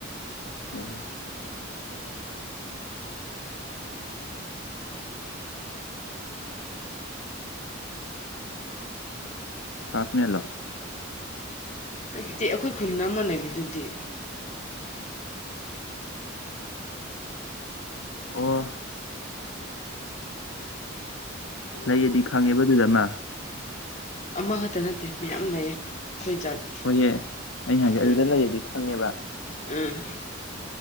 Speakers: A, on the left; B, on the left.
A: ꯎꯝ ꯀ꯭ꯂꯥꯁꯃꯦꯠꯂꯣ
B: ꯑꯩꯈꯣꯏ ꯈꯨꯟ ꯑꯃ ꯂꯩꯕꯗꯨꯗꯤ
A: ꯑꯣ ꯂꯩꯌꯦꯗꯤ ꯈꯪꯉꯦꯕ ꯑꯗꯨꯗ ꯃꯥ
B: ꯑꯃꯈꯛꯇ ꯅꯠꯇꯦ ꯃꯌꯥꯝ ꯂꯩꯌꯦ ꯑꯩꯈꯣꯏ ꯖꯥꯠ
A: ꯍꯣꯏꯍꯦ ꯑꯩꯅ ꯍꯥꯏꯗꯤ
B: ꯎꯝ
A: ꯑꯗꯨꯗ ꯂꯩꯔꯗꯤ ꯈꯪꯉꯦꯕ
B: ꯎꯝ